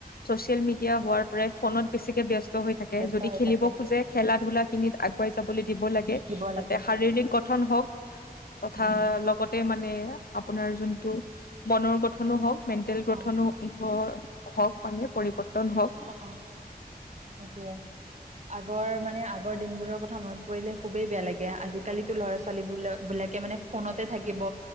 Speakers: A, on the left (about 70°); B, on the right (about 45°).
A: ছচিয়েল মিডিয়া হোৱাৰ পৰাই ফোনত বেছিকে ব্যস্ত ব্যস্ত হৈ থাকে
B: ব্যস্ত
A: যদি
B: হৈ
A: খেলিব
B: থাকে
A: খোজে খেলা ধূলা খিনিত আগুৱাই যাবলৈ দিব লাগে
B: দিব
A: যাতে
B: লাগে
A: শাৰীৰিক গঠন হওক, তথা
B: উম
A: লগতে মানে আপোনাৰ যোনটো মনৰ গঠনো হওক, মেণ্টেল
B: অ',
A: গঠনো হ হওক মানে পৰিৱৰ্তন হওক।
B: অ, সেইটোৱে। আগৰ মানে আগৰ দিনবোৰৰ কথা মনত পৰিলে খুবেই বেয়া লাগে, আজিকালিতো ল'ৰা ছোৱালী বি বিলাকে মানে ফোনতে থাকিব,